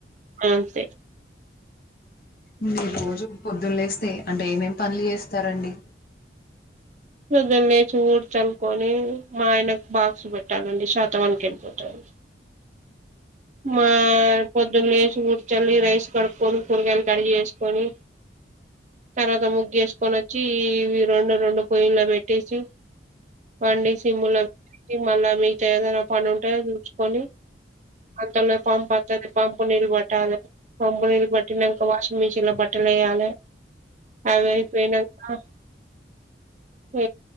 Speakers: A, on the right; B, on the left.
A: ఆ స
B: మీర్ రోజు పొద్దున్న లేస్తే అంటే ఏమేం పనులు చేస్తారండి
A: పొద్దన లేచి ఊడ్ చల్లు కోనీ మా ఆయనకు బాక్స్ పెట్టాలండి ష మ కంపోతురు మా పదలీ ఉడు చాల రైస్ కడుకొని కూరగాయలు కడిగి చేసుకొని తర్వాత ముగ్గు చేసుకొని వచ్చి ఈ రెండు రెండు పొయ్యిల బెతీసి పడిసి సింగులో మల్ళ మీ తెదార పం ఉంటా కొనీ అంతలో పంపు వస్తుంది పంపు నీళ్ళు పట్టాలి పంపు ననీళ్లు పట్టినాంక వాషింగ్ మిషిన్ లో బట్టలు వేయ్యాలే. అపోయినా హ